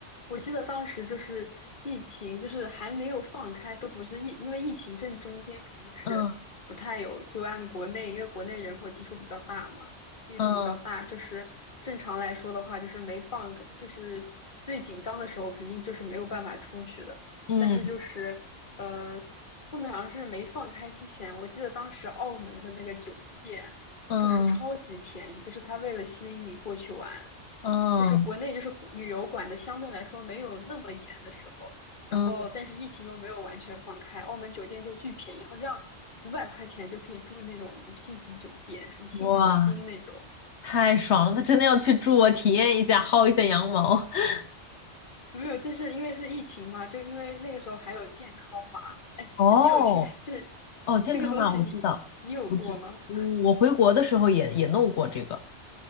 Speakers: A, on the left; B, on the left.
A: 我记得当时就是疫情，就是还没有放开，都不是疫，因为疫情正中间肯定是不太有，
B: 嗯
A: 就按国内，因为国内人口基数比较大嘛，密度比较大，
B: 嗯。
A: 就是正常来说的话，就是没放开就是最紧张的时候肯定就是没有办法出去的，
B: 嗯
A: 但是就是，呃，后面好像是没放开之前，我记得当时澳门的那个酒店。
B: 嗯
A: 就是超级便宜，就是他为了吸引你过去玩，
B: 嗯
A: 就是国内就是旅游管的相对来说没有那么严的时候，然后但是疫情又没有完全放开，
B: 嗯，
A: 澳门酒店就巨便宜，好像五百块钱就可以住那种五星级酒店，什么新葡京那种。
B: 哇，太爽了！他真的要去住我体验一下，薅一下羊毛。<laughs>
A: 没有，这是因为是疫情嘛，就因为那个时候还有健康码。哎，
B: 哦
A: 你有听这
B: 哦，健康码我知道，
A: 这个东西你你有过吗？
B: 我知，嗯我回国的时候也也弄过这个